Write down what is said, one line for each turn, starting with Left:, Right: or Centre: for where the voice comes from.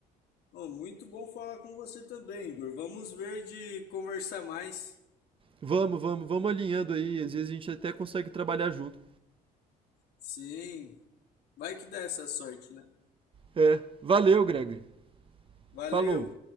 Left: Oh, muito bom falar com você também, Igor. Vamos ver de conversar mais.
Right: Vamos, vamos, vamos alinhando aí, às vezes a gente até consegue trabalhar junto.
Left: Sim, vai que dá essa sorte, né?
Right: É, valeu, Greg.
Left: Valeu!
Right: Falou.